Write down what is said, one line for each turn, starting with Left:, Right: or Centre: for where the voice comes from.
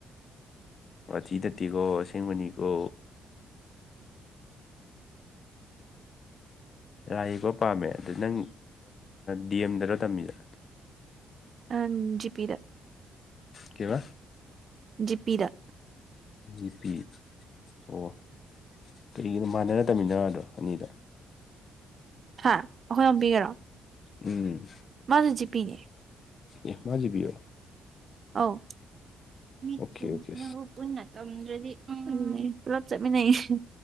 Left: ꯋꯥꯊꯤ ꯅꯥꯠꯇꯦꯀꯣ ꯑꯁꯦꯡꯕꯅꯤꯀꯣ꯫ ꯂꯥꯏ ꯌꯦꯛꯀꯣ ꯄꯥꯝꯃꯦ ꯑꯗꯨꯗ ꯅꯪ ꯗꯤ ꯑꯦꯝ ꯗꯔꯣ ꯇꯝꯃꯤꯁꯦ꯫
Right: ꯑꯖꯤ ꯄꯤꯔ
Left: ꯀꯩꯕ꯫
Right: ꯖꯤꯄꯤꯗ
Left: ꯖꯤ ꯄꯤ ꯑꯣ ꯀꯩꯒꯤꯅꯣ ꯃꯥꯟꯅꯔ ꯇꯝꯃꯤꯟꯅꯔꯗ꯭ꯔꯣ ꯑꯅꯤꯗ
Right: ꯍꯥ ꯑꯩꯈꯣꯏ ꯑꯣꯝꯕꯤꯒꯦꯔꯣ
Left: ꯎꯝ꯫
Right: ꯃꯥꯗꯨ ꯆ ꯄꯤꯅꯦ
Left: ꯑꯦꯃꯖꯤꯕꯤ
Right: ꯑꯧ ꯃꯤꯇꯁꯤꯅ꯫
Left: ꯑꯣꯀꯦ ꯑꯣꯀꯦ
Right: ꯇꯝꯗ꯭ꯔꯗꯤ ꯎꯝ ꯄꯨꯂꯞ ꯆꯠꯃꯤꯟꯅꯩꯌꯦ